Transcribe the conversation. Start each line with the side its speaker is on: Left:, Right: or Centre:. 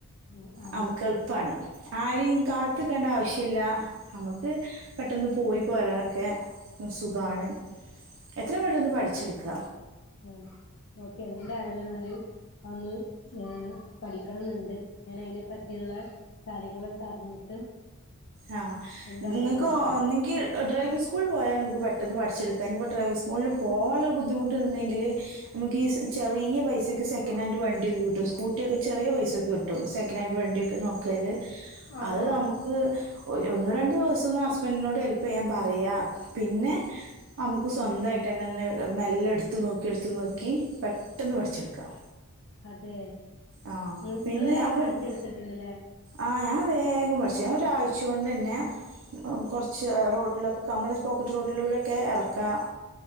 Left: ഉം ആഹ്
Right: നമുക്ക് എളുപ്പാണ് ആരിം കാത്ത്ക്കണ്ട ആവശ്യല്ല നമ്മുക്ക് പെട്ടെന്ന് പോയി പോരാനൊക്കെ സുഖാണ് എത്രയും പെട്ടന്ന് പഠിച്ചെടുക്ക
Left: ആ ഓക്കെ എന്തായാലും ന്നാൽ അതൊന്ന് ഏ പഠിക്കണംന്നുണ്ട് ഞാൻ അയിനെ പറ്റിയുള്ള കാര്യങ്ങളൊക്കെ അറിഞ്ഞിട്ട്
Right: ആ
Left: എന്തായാലും
Right: ങ്ങക്ക്
Left: പഠിക്കണം
Right: ഒന്നെങ്കിൽ ഡ്രൈവിംഗ് സ്കൂളിൽ പോയാൽ പെട്ടെന്ന് പഠിച്ചിരിക്കാ അയ്‌നിപ്പോ ഡ്രൈവിസ്കൂളിൽ പോകാനുള്ള ഒരു ബുദ്ധിമുട്ടുണ്ടെങ്കിൽ നമുക്ക്ഈ ചെറിയ പൈസക്ക് സെക്കനൻ്റ് വണ്ടിയൊക്കെ കിട്ടും സ്കൂട്ടിക്കെ ചെറി പൈസക്കെ മതി കിട്ടും ട്ടും സെക്കനൻഡ് വണ്ടിക്കെ നോക്കിയാല്
Left: ആഹ്
Right: അത്
Left: ആഹ്
Right: നമുക്ക് ഒന്ന് രണ്ടു ദിവസൊന്ന് ഹസ്ബൻഡിനോട് ഹെല്പ് ചെയ്യാൻ പറയാ പിന്നെ നമുക്ക് സ്വന്തായിട്ട് തന്നെ ഒന്ന് മെല്ലടുത്ത് നോക്കി ടുത്ത് നോക്കി പെട്ടെന്ന് പഠിച്ചെടുക്കാം
Left: അതെ
Right: ആ
Left: നി നിങ്ങൾ
Right: പിന്നെ
Left: വേഗം
Right: നമ്മൾ
Left: പഠിച്ചെടുത്തിട്ടുണ്ട്ല്ലേ
Right: ആ ഞാൻ വേഗം പഠിച്ചു ഞാൻ ഒരാഴ്ചോണ്ട്ന്നെ കുറച്ച് റോട്ടിലൊക്കെ മ്മള പോക്കറ്റ് റോട്ടിലൂടെക്കെ ഇറക്കാം